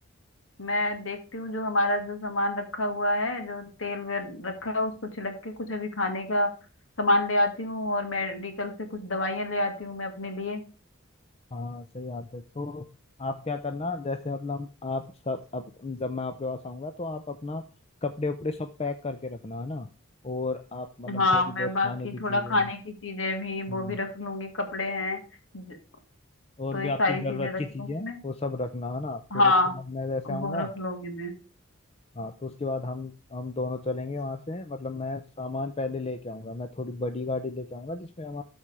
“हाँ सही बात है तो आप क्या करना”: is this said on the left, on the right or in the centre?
Left